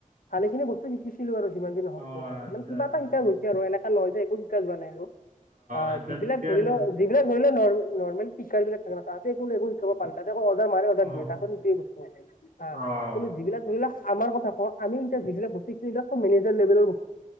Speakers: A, on the left (about 80°); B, on the right (about 75°).
A: ভালে খিনি। শিকিছিলো আৰু যিমান যি নহঁক
B: অ',
A: তাতে,
B: আচ্ছা,
A: মানে কিবা
B: আচ্ছা।
A: এটা শিকা গৈছে আৰু এনেকুৱা নহয় যে একো শিকা যোৱা নাই আৰু। অ',
B: সেইটো
A: যিবিলাক
B: ঠিকে
A: ধৰি
B: আছে।
A: লও। যিবিলাক ধৰি লওক নৰ্মেল <unintelligible> বিলাক থাক না ততে একো একো শিকাব <unintelligible> <unintelligible>
B: অ'। অ',
A: যিবিলাক ধৰিলে <unintelligible> যিলাক মেজাৰ লেভেলৰ।